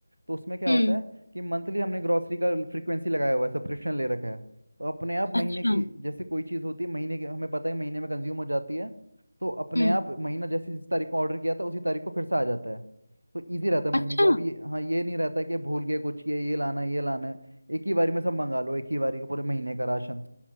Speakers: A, on the right; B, on the left.
A: तो उसमें क्या
B: हम्म
A: होता है कि मंथली हमने ग्रॉसरी का फ्रीक्वेंसी लगाया हुआ है सब्सक्रिप्शन ले रखा है तो अपने आप
B: अच्छा
A: महीने की जैसे कोई चीज़ होती है महीने की हमें पता है महीने में कंज्यूम हो जाती है तो अपने
B: हम्म
A: आप महीना जैसे जिस तारीख को ऑर्डर किया था उसी तारीख को फिर से आ जाता है तो ईजी रहता है मम्मी
B: अच्छा
A: को अब ये हाँ ये नहीं रहता है कि भूल के कुछ ये ये लाना है ये लाना है एक ही बारी में सब मंगा लो एक ही बारी का पूरे महीने का राशन